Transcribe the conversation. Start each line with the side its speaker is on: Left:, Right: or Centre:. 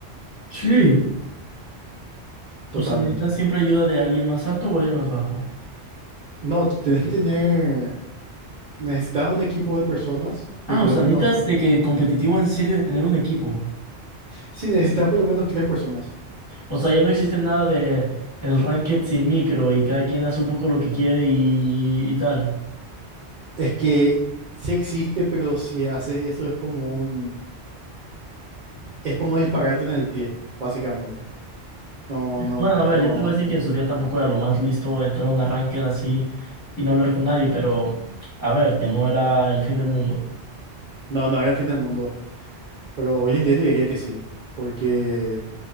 Left: Sí.
Right: totalmente.
Left: O sea, necesitas siempre ayuda de alguien más alto o alguien más bajo.
Right: No, tenés que tener, necesitas un equipo de personas,
Left: Ah,
Right: de por
Left: o sea,
Right: lo menos,
Left: necesitas de que competitivo en serio de tener un equipo.
Right: sí, necesitas por lo menos tres personas.
Left: O sea, ya no existe nada de el ranked sin micro y cada quien hace un poco lo que quiere y, y tal.
Right: Es que sí existe, pero si haces eso es como un, es como dispararte en el pie, básicamente. No, no,
Left: Bueno, a ver,
Right: no,
Left: yo te voy a decir que en su día tampoco era lo más listo entrar a una ranked así y no hablar con nadie, pero a ver, que no era el fin del mundo.
Right: no, no era el fin del mundo. Pero hoy en día yo diría que sí, porque